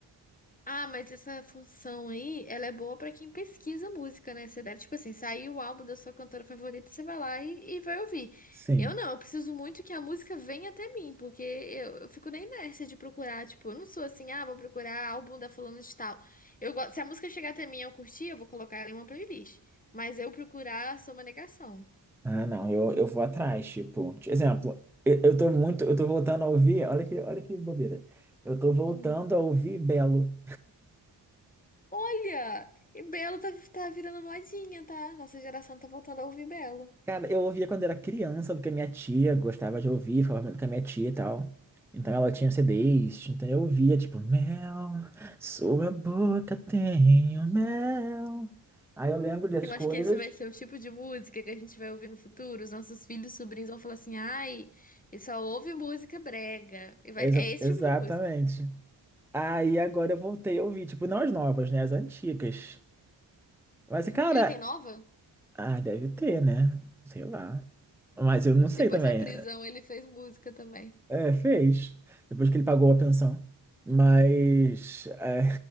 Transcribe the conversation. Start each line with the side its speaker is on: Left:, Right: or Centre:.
Left: Ah, mas essa função aí, ela é boa pra quem pesquisa música, né? Você deve, tipo assim, sair o álbum da sua cantora favorita, você vai lá e, e vai ouvir.
Centre: Sim.
Left: Eu não, eu preciso muito que a música venha até mim, porque eu, eu fico na inércia de procurar, tipo, eu não sou assim, ah, vou procurar álbum da fulana de tal. Eu gosto, se a música chegar até mim e eu curtir, eu vou colocar ela em uma playlist. Mas eu procurar, sou uma negação.
Centre: Ah, não, eu, eu vou atrás, tipo, de exemplo, eu, eu tô muito, eu tô voltando a ouvir, olha que, olha que bobeira. Eu tô voltando
Left: Hum.
Centre: a ouvir Belo.
Left: Olha! E Belo tá, tá virando modinha, tá? Nossa geração tá voltando a ouvir Belo.
Centre: Cara, eu ouvia quando era criança, porque a minha tia gostava de ouvir, falava muito com a minha tia e tal. Então ela tinha CDs, então eu ouvia, tipo, mel, sua boca tem o mel. Aí eu lembro dessas
Left: Eu
Centre: coisas.
Left: acho que esse vai ser o tipo de música que a gente vai ouvir no futuro. Os nossos filhos, sobrinhos vão falar assim: ai, ele só ouve música brega. E vai...
Centre: Exa-
Left: É esse
Centre: exatamente.
Left: tipo de música.
Centre: Aí agora eu voltei a ouvir, tipo, não as novas, né? As antigas. Mas, cara,
Left: Ele tem nova?
Centre: ah, deve ter, né? Sei lá. Mas eu não sei
Left: Depois
Centre: também.
Left: da prisão, ele fez música também.
Centre: É, fez. Depois que ele pagou a pensão. Mas. É.